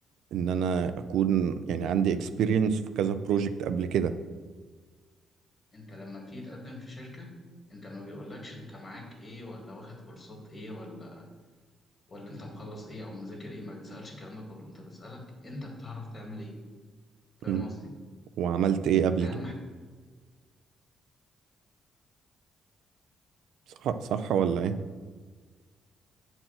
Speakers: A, on the right (about 80°); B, on the left (about 35°).
A: ان انا اكون يعني عندي اكسبيرينس في كذا بروجكت قبل كده
B: انت لما بتيجي تقدم في شركة انت ما بيقولكش انت معاك ايه ولا واخد كورسات ايه ولا ولا انت مخلص ايه او مذاكر ايه ما بتسألش الكلام ده كله انت بتسألك انت بتعرف تعمل ايه فاهم
A: مم.
B: قصدي
A: وعملت ايه قبل
B: اهم
A: كده صح صح ولا ايه